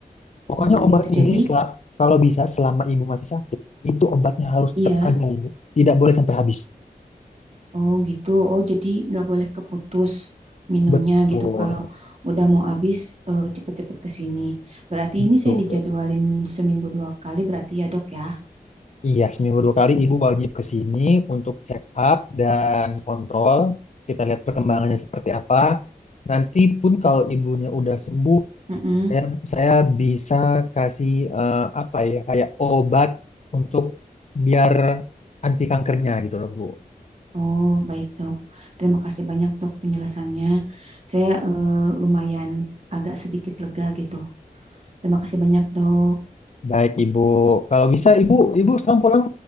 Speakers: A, on the left; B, on the right.
A: Pokoknya
B: Oh
A: obat
B: gitu. Jadi,
A: ini sel- kalau bisa selama ibu masih sakit itu obatnya harus
B: iya.
A: tetap ada ibu. Tidak boleh sampai habis.
B: Oh gitu. Oh jadi nggak boleh keputus minumnya
A: Betul,
B: gitu. Kalau udah mau habis, eh, cepet-cepet ke sini. Berarti
A: betul.
B: ini saya dijadwalin seminggu dua kali berarti ya dok ya?
A: Iya, seminggu dua kali ibu wajib ke sini untuk check up dan kontrol. Kita lihat perkembangannya seperti apa. Nanti pun kalau ibunya udah sembuh,
B: Mm-mm.
A: saya, saya bisa kasih eh, apa ya, kayak obat untuk biar anti kankernya gitu loh, Bu.
B: Oh, baik, Dok. Terima kasih banyak, Dok, penjelasannya. Saya eh, lumayan agak sedikit lega gitu. Terima kasih banyak, Dok.
A: Baik, Ibu. Kalau bisa, Ibu, Ibu sekarang pulang